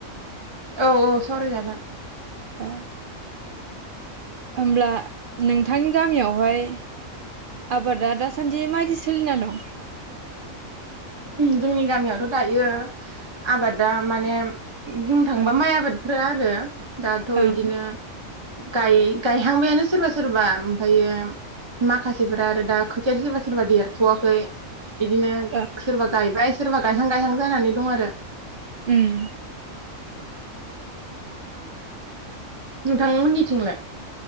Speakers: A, on the right; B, on the right.
A: औ औ सावरायजागोन।
B: ओ होमब्ला नोंथांनि गामियावहाय आबादा दासान्दि मायदि सोलिना दं?
A: जोंनि गामियावथ' दायो आबादा माने बुंनो थाङोबा
B: ओं
A: माइ आबाद फोर आरो दाथ'
B: ओं
A: बिदिनो गाय गायहांबायानो सोरबा सोरबा ओमफ्रायो माखासेफोरा आरो दा खोथिया सोरबा सोरबा देरथ'वाखै। बिदिनो
B: ओं
A: सोरबा गायबाय सोरबा गायहां गायहां जानानै दं आरो।
B: ओम।
A: नोंथांमोननिथिंलाय?